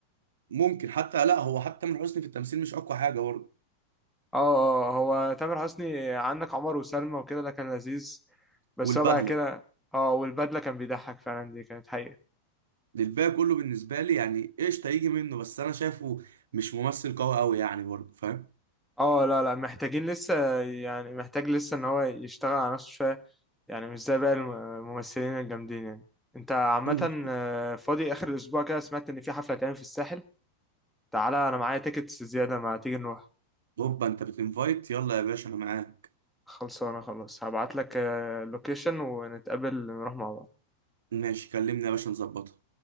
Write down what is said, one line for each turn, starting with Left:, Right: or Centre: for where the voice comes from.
Right: ممكن حتى لا هو حتى تامر حسني في التمثيل مش اقوى حاجه برضه
Centre: اه اه آه، هو تامر حسني عندك عمر وسلمى وكده ده كان لذيذ بس
Right: والبدله
Centre: هو بقى كده اه والبدله كان بيضحك فعلا دي كانت حقيقة
Right: الباقي كله بالنسبه لي يعني قشطه يجي منه بس انا شايفه مش ممثل قوي قوي يعني برضه فاهم
Centre: اه لا لا محتاجين لسه يعني محتاج لسه ان هو يشتغل على نفسه شوية يعني مش زي باقي الم- الممثلين الجامدين يعني انت عامة
Right: مم.
Centre: آه، فاضي اخر الاسبوع كده سمعت ان في حفلة هتعمل في الساحل تعالى انا معايا تيكتس زيادة ما تيجي نروح
Right: هوبا انت بتنفايت يلا يا باشا انا معاك
Centre: خلصانة خلاص هبعت لك اللوكيشن ونتقابل نروح مع بعض
Right: ماشي كلمني يا باشا نظبطها